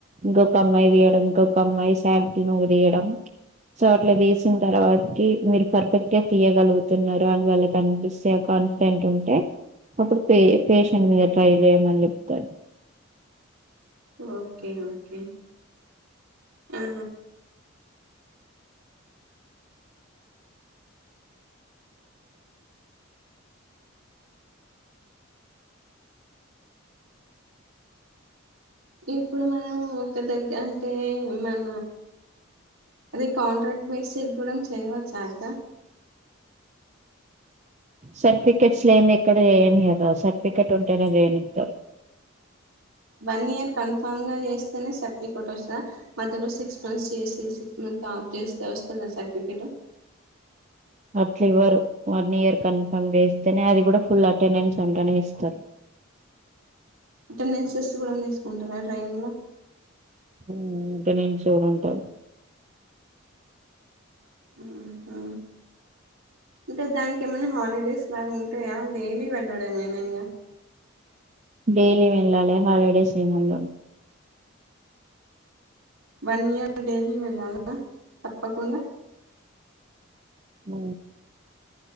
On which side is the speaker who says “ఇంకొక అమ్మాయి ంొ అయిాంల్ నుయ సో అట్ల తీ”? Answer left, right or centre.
Right